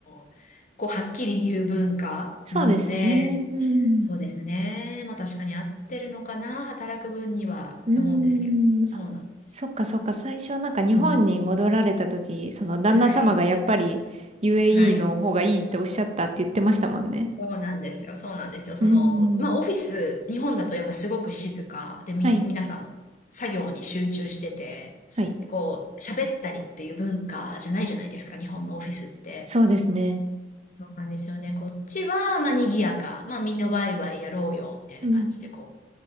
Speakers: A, on the left; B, on the right.
A: ーこう、はっきり言う文化なので、
B: そうですね。うん。
A: そうですね。まあ、確かに合ってるのかな、働く分には、
B: うーん。
A: って思うんですけど、そうなんです。
B: あ、そっかそっか。最初なんか日本に戻られた時、
A: うん
B: その旦那様がやっぱり
A: はい。
B: UAE
A: はい。
B: の方がいいっておっしゃったって言ってましたもんね。
A: そうなんですよ。そうなんですよ。その、
B: うーん。
A: まあ、オフィス、日本だとやっぱすごく静かで、み、
B: はい。
A: 皆さん作業に集中してて、
B: はい。
A: こう、喋ったりっていう文化じゃないじゃないですか、日本のオフィスって。
B: そうですね。
A: そうなんですよね。こっちは、まあ、賑やか。まあ、みんなワイワイやろうよ、みたいな感じで、
B: うん。
A: こう、